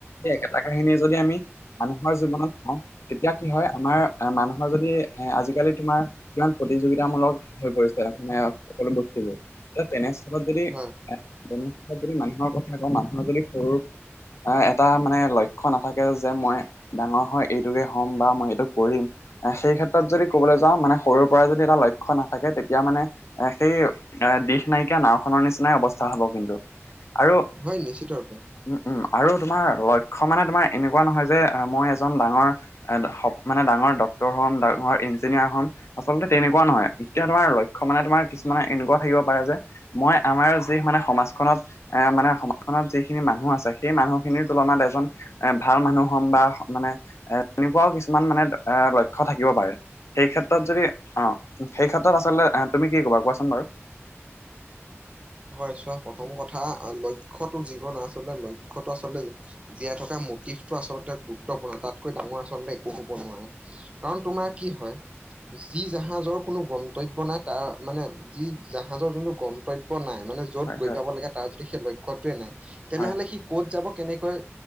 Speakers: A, on the left; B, on the right.
A: সেই একেটা কাহিনীয়ে যদি আমি মানুহৰ জীৱনত কওঁ, তেতিয়া কি হয় আমাৰ এ মানুহৰ যদি এ আজিকালি তোমাৰ কিমান প্ৰতিযোগিতামূলক হৈ পৰিছে মানে সকলো বস্তুবোৰ। এ তেনেস্থলত যদি,
B: হয়
A: তেনেস্থলত যদি মানুহৰ কথা কওঁ মানুহৰ যদি সৰু এ এটা মানে লক্ষ্য নাথাকে যে মই ডাঙৰ হয় এইটোকে হ'ম বা মই এইটো কৰিম। এ সেই ক্ষেত্ৰত যদি ক'বলৈ যাওঁ মানে সৰুৰে পৰাই যদি এটা লক্ষ্য নাথাকে তেতিয়া মানে এ সেই, দিশ নাইকিয়া নাওখনৰ নিচিনাই অৱস্থা হব কিন্তু। আৰু
B: হয়, নিশ্চিত ৰূপে।
A: উম, উম, আৰু তোমাৰ লক্ষ্য মানে তোমাৰ এনেকুৱা নহয় যে মই এজন ডাঙৰ মানে ডাঙৰ ডক্তৰ হ'ম ডাঙৰ ইঞ্জিনিয়াৰ হম। আচলতে তেনেকুৱা নহয়, এতিয়া তোমাৰ লক্ষ্য মানে তোমাৰ কিছুমানে এনেকুৱা থাকিব পাৰে যে মই আমাৰ যি মানে সমাজ খনত, এ মানে সমাজখনত যিখিনি মানুহ আছে সেই মানুহখিনিৰ তুলনাত এজন এ ভাল মানুহ হম বা মানে, এ তেনেকুৱাও কিছুমান মানে এ লক্ষ্য থাকিব পাৰে। সেই ক্ষেত্ৰত যদি অ, সেই ক্ষেত্ৰত আচলতে তুমি কি ক'বা কোৱাচোন বাৰু?
B: হয় চোৱা প্ৰথম কথা আহ লক্ষ্যতো জীৱন আচলতে লক্ষ্যতটো আচলতে জীয়াই থকা মটিভটো আচলতে গুৰুত্বপূৰ্ণ তাতকৈ ডাঙৰ আচলতে একো হ'ব নোৱাৰে। কাৰণ তোমাৰ কি হয় যি জাহাজৰ কোনো গন্তব্য নাই তাৰ মানে, যি জাহাজৰ যোনটো গন্তব নাই মানে যত
A: হয়,
B: গৈ
A: হয়,
B: পাব লাগে তাৰ যদি সেই লক্ষ্যতোৱে নাই তেনেহ'লে
A: হয়,
B: সি ক'ত যাব কেনেকৈ